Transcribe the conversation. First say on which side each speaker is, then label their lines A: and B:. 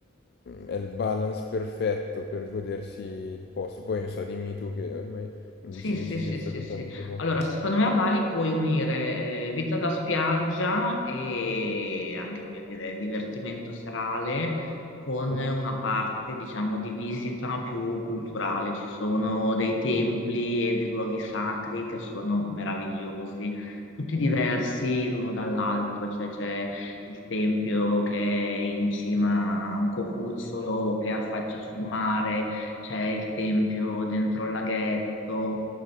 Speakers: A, on the left; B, on the left.
A: è il balance perfetto per godersi il posto. Poi non so, dimmi tu che ormai mi
B: Sì,
A: dici
B: sì,
A: che ci
B: sì,
A: sei stato
B: sì, sì.
A: tante volte.
B: Allora, secondo me a Bali puoi unire eh, vita da spiaggia e anche, voglio dire, divertimento serale con
A: Mhm.
B: una parte, diciamo, di visita più culturale. Ci sono dei templi e dei luoghi sacri che sono meravigliosi, tutti diversi
A: Mm.
B: l'uno dall'altro, cioè c'è il tempio che è in cima a un cocuzzolo che affaccia sul mare, c'è il tempio dentro il laghetto